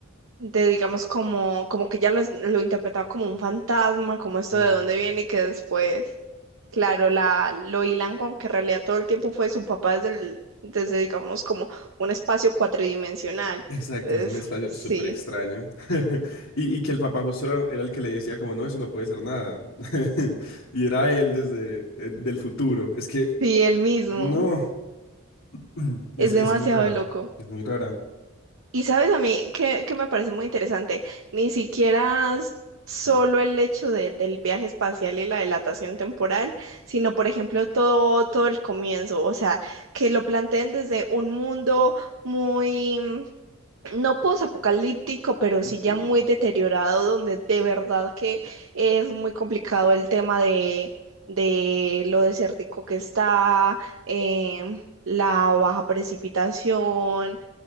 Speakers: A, on the right (about 65°); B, on the left (about 75°).
A: de digamos como, como que ya lo, es- lo interpretaba como un fantasma, como esto
B: ujú.
A: de dónde viene y que después, claro, la, lo hilan con que en realidad todo el tiempo fue su papá desde, el- desde digamos como un espacio cuatridimensional.
B: Exacto,
A: Entonces,
B: es un espacio
A: sí,
B: súper extraño. <laughs> Y, y que el papá justo era, era el que le decía como, no, eso no puede ser nada. <laughs> Y era él desde eh, del futuro. Es que,
A: sí, él mismo.
B: no, <clears throat> es,
A: Es
B: es
A: demasiado
B: muy rara.
A: loco.
B: Es muy rara.
A: Y sabes a mí que, que me parece muy interesante, ni siquiera s- solo
B: Mm.
A: el hecho de- del viaje espacial y la dilatación temporal, sino por ejemplo todo, todo el comienzo, o sea, que lo planteen desde un mundo muy, mm, no posapocalíptico, pero
B: Ok.
A: sí ya muy deteriorado, donde de verdad que es muy complicado el tema de, de lo desértico que está, em, la baja precipitación